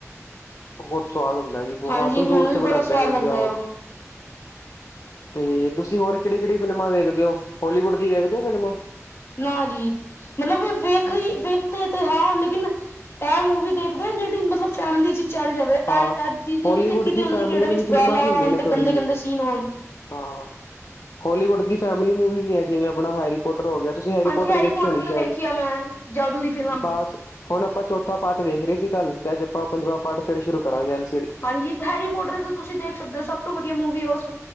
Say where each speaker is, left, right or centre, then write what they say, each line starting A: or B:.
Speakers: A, on the left; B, on the left.
A: ਬੋਤ ਸਵਾਦ ਹੁੰਦਾ ਜੀ ਬੋਹਤ,
B: ਹਾਂਜੀ
A: ਤੰਦੂਰ
B: ਮੈਨੂੰ
A: ਚ
B: ਵੀ
A: ਬਨਾਂਦੈ
B: ਬੜਾ ਸਵਾਦ
A: ਵਧੀਆ
B: ਲੱਗਦਾ ਹੈ
A: ਓ
B: ਉਹ
A: ਤੇ, ਤੁਸੀਂ ਹੋਰ ਕਿੜੀ-ਕਿੜੀ ਫਿਲਮਾਂ ਵੇਖਦੇ ਓ, ਵੋਲੀਵੁੱਡ ਦੀ ਵੇਖਦੇ ਓ ਫਿਲਮਾ।
B: ਨਾਂ ਜੀ, ਮਤਲਬ ਵੇਖ ਲੀ ਵੇ ਤੇ-ਤੇ ਹੈ, ਲੇਕਿਨ, ੲੈ ਮੂਵੀ ਦੇਖਦੇ ਜਿੜੀ ਮਤਲਬ ਫੈਮਲੀ ਚ ਚੱਲ ਜ ਵੇ,
A: ਹਾਂ
B: ਐਡ, ਐ ਚਿਜੇ
A: ਹੋਲੀਵੁੱਡ
B: ਨੀ ਦੇਖੀ ਦੀ ਹੁੰਦੀ
A: ਫੈਮਿਲੀ
B: ਜੇੜੇ
A: ਵਾਲੀ
B: ਵਿੱਚ
A: ਫਿਲਮਾਂ
B: ਗਾਲਾਂ
A: ਵੀ ਹੈਗੀਆਂ
B: ਹੋਨ
A: ਨੇ
B: ਤੇ
A: ਥੋੜ੍ਹੀ
B: ਗੰਦੇ-ਗੰਦੇ
A: ਜਿਹੀ
B: ਸੀਨ ਹੋਨ
A: ਹਾਂ, ਹੋਲੀਵੁੱਡ ਦੀ ਫੈਮਿਲੀ ਮੂਵੀ ਵੀ ਹੈਗੀ ਜਿਵੇਂ ਆਪਨਾ ਹੈਰੀ ਪੋਟਰ ਹੋ ਗੇਆ ਤੁਸੀਂ ਹੈਰੀਪੋਟਰ
B: ਹਾਂਜੀ ਹੈਰੀ
A: ਵੇਖੀ
B: ਪੋਟਰ
A: ਹੋਨੀ ਸ਼ੈਦ,
B: ਤੇ ਵੇਖੀ ਆ ਮੈਂ ਜਾਦੂ ਦੀ ਫਿਲਮ
A: ਬੱਸ ਹੁਣ ਅਪਾਂ ਚੌਥਾ ਪਾਠ ਵੇਖ ਰੇ ਸੀ ਕੱਲ ਤੇ ਅੱਜ ਅਪਾਂ ਪੰਜਵਾ ਪਾਠ ਫੇਰ ਸ਼ੁਰੂ ਕਰਾਂਗੇ ੲੈਲ
B: ਹਾਂਜੀ ਹੈਰੀ ਪੋਟਰ ਤੇ ਤੁਸੀਂ ਦੇਖ ਸਕਦੇ ਓ ਸਭ ਤੋਂ ਵਧੀਆ ਮੂਵੀ ਓਸ